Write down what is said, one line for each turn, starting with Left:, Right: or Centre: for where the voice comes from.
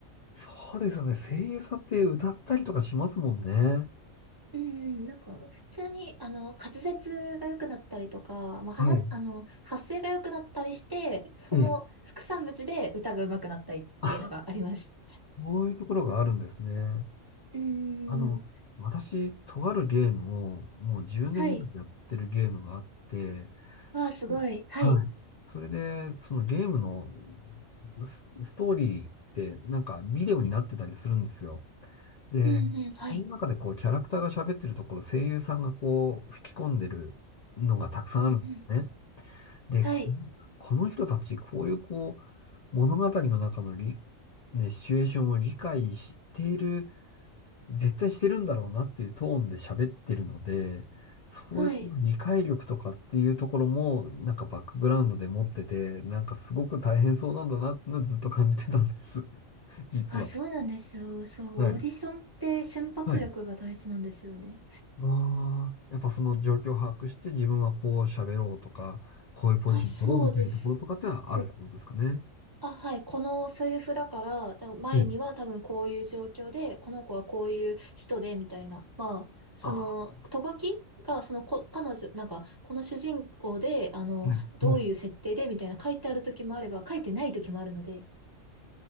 Left: そうですよね。声優さんって歌ったりとかしますもんね。
Right: <laughs> うん、なんか、普通に、あの、滑舌が良くなったりとか、まあ、話、
Left: はい。
Right: あの、発声が良くなったりして、その副産物で歌が上手くなったりっていうのがあります。
Left: ええ。あ、こういうところがあるんですね。
Right: うん、
Left: あの、私、とあるゲームをもう10年ぐらいやってるゲームがあって、
Right: はい。わあ、
Left: そ
Right: すごい。はい。
Left: はい。それで、そのゲームのス、ストーリーってなんかビデオになってたりするんですよ。で、
Right: うんうん、はい。
Left: その中でこうキャラクターが喋ってるところ、声優さんがこう吹き込んでるのがたくさんあるんですね。
Right: うんうん。
Left: で、
Right: はい。
Left: ここの人たち、こういうこう、物語の中のり、ね、シチュエーションを理解している絶対してるんだろうなっていうトーンで喋ってるので、そういう理解力とかっていうところも、
Right: はい。
Left: なんかバックグラウンドで持ってて、なんかすごく大変そうなんだなってのはずっと感じてたんです。<laughs> 実は。
Right: あ、そうなんですよ。そう、
Left: はい。
Right: オーディションって瞬発力が大事なんですよね。
Left: はい。ああ、やっぱその状況を把握して自分はこう喋ろうとか、こういうポジション取ろうみたいなところとかってのはあるってことですかね。
Right: あ、そうです。そうあ、はい。このセリフだから、多分前には多分こういう状況で、
Left: ええ。
Right: この子はこういう人で、みたいな。まあ、その、
Left: あ
Right: ト書きが、そのこ、彼女、なんか、この主人公で、あの、
Left: あ、はい。
Right: どういう設定で、
Left: はい。
Right: みたいな書いてある時もあれば、書いてない時もあるので。